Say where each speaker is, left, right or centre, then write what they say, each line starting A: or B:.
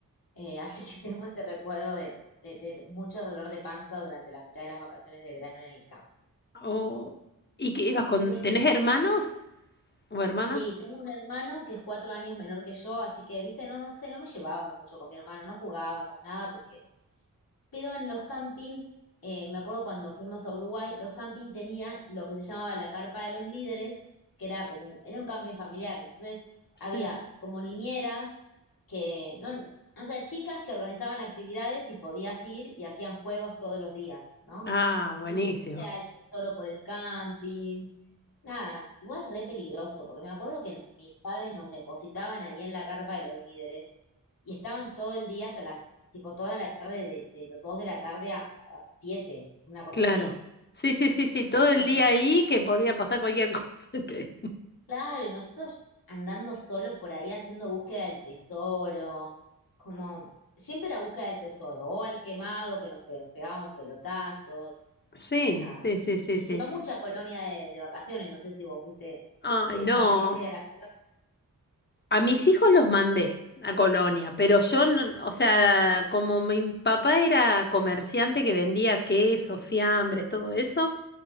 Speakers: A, on the left (about 85°); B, on the left (about 30°).
A: Eh, así que tengo ese recuerdo de, de- de mucho dolor de panza durante la mitad de las vacaciones de verano en el camping.
B: Oh, ¿y qué ibas con?
A: Y des-
B: ¿Tenés hermanos o hermanas?
A: sí, tengo un hermano que es cuatro años menor que yo, así que, viste, no, no sé, no me llevaba mucho con mi hermano, no jugábamos nada porque Pero en los camping, eh, me acuerdo cuando fuimos a Uruguay, los camping tenían lo que se llamaba la carpa de los líderes, que era como, era un camping familiar. Entonces
B: Sí.
A: había como niñeras que, no, o sea, chicas que organizaban actividades y podías ir y hacían juegos todos los días, ¿no?
B: Ah, buenísimo.
A: Tipo, era el tesoro por el camping. Nada, igual re peligroso, porque me acuerdo que mis padres nos depositaban ahí en la carpa de los líderes y estaban todo el día hasta las, tipo toda la tarde, de, de 2 de la tarde a, a 7, una cosa
B: Claro.
A: así.
B: Sí, sí, sí, sí, todo
A: Y ahí nos
B: el
A: venían
B: día ahí
A: a buscar.
B: que podía pasar cualquier <laughs> cosa. que-
A: Claro, y nosotros andando solo por ahí haciendo búsqueda del tesoro, como siempre la búsqueda del tesoro, o al quemado que nos pe- pegábamos pelotazos,
B: Sí,
A: nada.
B: sí, sí, sí,
A: Y
B: sí.
A: si no, mucha colonia de, de vacaciones, no sé si vos fuiste
B: Ay,
A: de
B: no,
A: partidaria de las colonias,
B: a mis hijos los mandé a Colonia, pero yo no, o sea, como mi papá era comerciante que vendía quesos, fiambres, todo eso.